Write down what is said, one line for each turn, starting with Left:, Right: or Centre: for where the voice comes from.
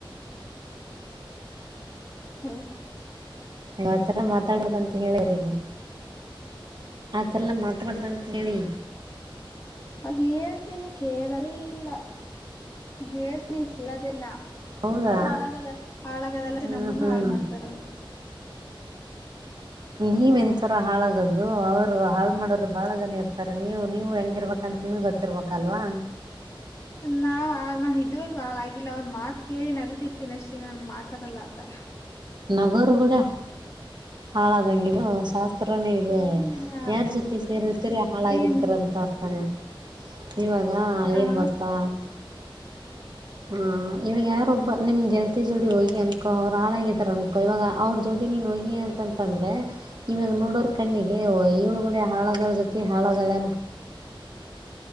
Left: ಹಲೋ
Right: ಅತಾರ ಮಾತಾಡೋದಂತ ಹೇಳ್ಯವ್ರಿಗೆ ಆತರಲ್ಲ ಮಾಡತಬಾರಡ್ರಂತ ಹೇಳಿ
Left: ಹೇಳ್ತೀನಿ ಕೇಳದೇ ಇಲ್ಲ ಹೇಳ್ತೀನಿ ಕೇಳದಿಲ್ಲ
Right: ಹೌದಾ
Left: ಹಾಳಾಗದ ಹಾಳಾಗದಲ್ಲ
Right: ಹ್ಮ್
Left: ನಮ್ಮನು
Right: ಹ್ಮ್
Left: ಹಾಳ ಮಾಡ್ತಾರ ಅವರು <unintelligible>
Right: ನೀವ್ ಎಂತರ ಹಾಳಾಗದು ಅವರು ಹಾಳ ಮಾಡದ್ರು ಬಾಳ ಜನ ಇರ್ತಾರೆ ನೀವು ನೀವ ನೀವ್ ಹೆಂಗಿರ್ಬೇಕ ಅಂತ ನಿಮ್ ಗೊತ್ತಿರ್ಬೇಕಲ್ವಾ
Left: ನಾವ್ ಆ ನಾನು ಇದುವರೆಗೂ ಹಾಳಾಗಿಲ್ಲ ಅವ್ರರು ಮಾತ್ ಕೇಳಿ ನಗತಿರ್ತೀನಿ ಅಷ್ಟೇ ನಾನನ್ ಮಾತಾಡಲ್ಲ ಆತರ
Right: ನಗೋರ್ಗೂಡ ಹಾಳದಂಗ ಶಾಸ್ತ್ರನೇ ಇದೆ
Left: ಹ್ಮ
Right: ಯಾರ್ ಜೊತೆ ಸೇರಿರ್ತೀರಿ ಹಾಳಾಗಿರ್ತೀರ
Left: ಏನ್
Right: ಅಂತ ಅರ್ತಾನೆ ಇವಾಗ
Left: ಹ
Right: ಏನ್ ಗೊತ್ತಾ ಹಾ ಇವಾಗ ಯಾರೊಬ್ಬ ನಿಮ್ ಗೆಲ್ತಿ ಜೋಡಿ ಹೋಗಿ ಅನ್ಕೋ ಅವ್ರು ಹಾಳಾಗಿದಾರ ಅನ್ಕೋ ಇವಾಗ ಅವ್ರ ಜೋಡಿ <unintelligible> <unintelligible> ತಂದ್ರೆ ಇವಾಗ ನೋಡೋರ್ ಕಣ್ಣಿಗೆ ಏಳುಗಡೆ ಹಾಳದಳ ಜೊತಿ ಹಾಳದಳೆ ಅಂತ